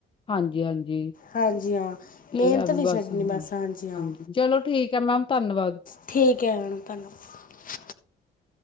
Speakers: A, on the left; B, on the left.
A: ਹਾਂਜੀ-ਹਾਂਜੀ।
B: ਹਾਂਜੀ ਹਾਂ ਮਿਹਨਤ
A: ਇਹ ਆ ਵੀ
B: ਨਹੀਂ
A: ਬਸ
B: ਛੱਡਣੀ
A: ਹਾਂਜੀ
B: ਹਾਂ
A: ਚਲੋ ਠੀਕ ਹੈ ਮੈਮ ਧੰਨਵਾਦ।
B: ਠੀਕ ਹੈ ਮੈਮ ਧੰਨਵਾਦ।
A: <inaudible>